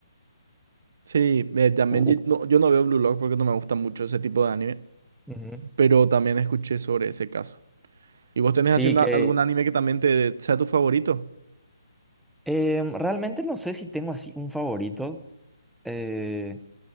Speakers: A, on the right; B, in the centre.
A: Sí, eh, también
B: U-
A: ye-
B: u-
A: no, yo no veo Blue Lock porque no me gusta mucho ese tipo de anime,
B: Ujú.
A: pero también escuché sobre ese caso. ¿Y vos tenés
B: Sí,
A: así una-
B: que
A: algún anime que también te sea tu favorito?
B: em, realmente no sé si tengo así un favorito. eh,